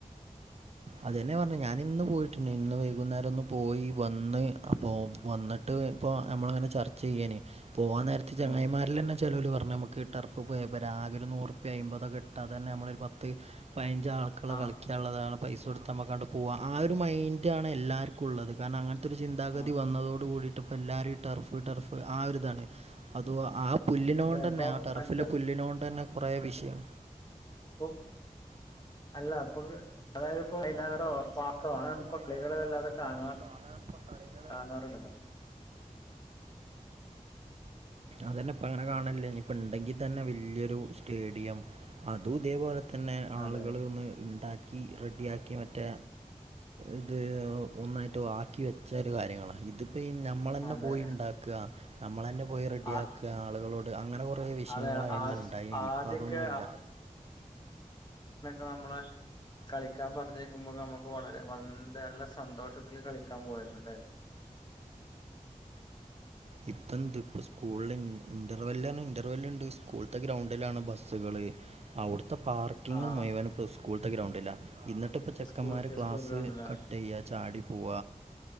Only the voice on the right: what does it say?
അതെന്നെ പറഞ്ഞ ഞാൻ ഇന്ന് പോയിട്ടുണ്ട് ഇന്ന് വൈകുന്നേരം ഒന്ന് പോയി വന്ന് അപ്പോ വന്നിട്ട്. ട്ട് ഇപ്പേ നമ്മളങ്ങനെ ചർച്ച ചെയ്യേനി പോവാൻ നേരത്തെ ചങ്ങായിമാരില
തന്നെ ചെലോൽ പറഞ്ഞു നമുക്ക് ടർഫ് പോയപ്പം ആകെ നൂറുപ്പി അയ്മ്പതൊക്കെ ഇട്ടാതന്നെ നമ്മളൊരു പത്ത് പതിനഞ്ച് ആൾക്ക ള്ള
കളിക്കും. ഉള്ളതാണ് പൈസ കൊടുത്ത് നമ്മകാണ്ട് പോക ആ ഒരു മൈൻഡ് ആണ് എല്ലാവർക്കും ഉള്ളത് കാരണം അങ്ങനത്തെ. ത്തൊരു ചിന്താഗതി
വന്നതോടു കൂടിട്ട് ഇപ്പ എല്ലാവരും ടർഫ് ടർഫ് ആ ഒരുതാണ്. അത് ആ പുല്ലിനോണ്ട്
തന്നെ
ആ ടെർഫിലെ
പുല്ലിനോണ്ട് തന്നെ കൊറ വിഷയം.
അല്ല
അപ്പത്
അതായത്
മൈതാനത്തോ
പാടത്തോ അങ്ങനപ്പ കളീല.
അതന്നെ ഇപ്പ അങ്ങനെ കാണില്ല ഇനിയിപ്പ ഉണ്ടെങ്കിൽ തന്നെ വലിയൊരു സ്റ്റേഡിയം അതും ഇതേപോലെ. തന്നെ ആളുകള്
ഒന്ന് ഉണ്ടാക്കി. യാക്കി റെഡിയാക്കി മറ്റേ ഇത് ഒന്നായിട്ട് വാ ബാക്കി വെച്ച ഒരു കാര്യങ്ങളാ ഇതിപ്പോ ഈ നമ്മൾ തന്നെ
പോയി ഉണ്ടാക്ക നമ്മൾ തന്നെ പോയി റെഡി
ആക്ക. ക്ക ആളുകളോട്. അങ്ങനെ കൊറ വിഷയങ്ങളായിരുന്നു
ഇണ്ടായിനി
ഇപ്പ അതൊന്നുല്ല.
ഇതെന്ത് ഇപ്പ സ്കൂളില് ഇന്റർവെല്ലാണ് ഇന്റർവെല്ല് ഉണ്ട് സ്കൂളത്തെ ഗ്രൗണ്ടിലാണ് ബസ്സുകള്. അവിടുത്തെ പാർക്കിങ്ങും
മുഴുവനും ഇപ്പോ സ്കൂളത്തെ ഗ്രൗണ്ട്ല എന്നിട്ട്. അപ്പം ചെക്കന്മാർ
ഗ്ലാസ്സ്
കട്ട് ചെയ്യുക ചാടി പോവ